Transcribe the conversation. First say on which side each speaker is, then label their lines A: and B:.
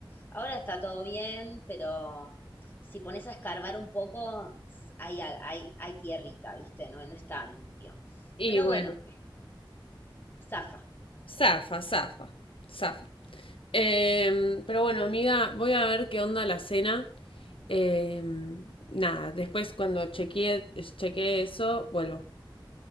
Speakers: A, on the left; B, on the left.
A: Ahora está todo bien, pero si pones a escarbar un poco, s- hay, al- hay, hay tierrita, ¿viste? No, no está limpio.
B: Y
A: Pero
B: bueno,
A: bueno, zafa.
B: zafa, zafa, zafa. Em, pero bueno, amiga, voy a ver qué onda la cena. Em, nada, después cuando chequee, chequee eso, vuelvo.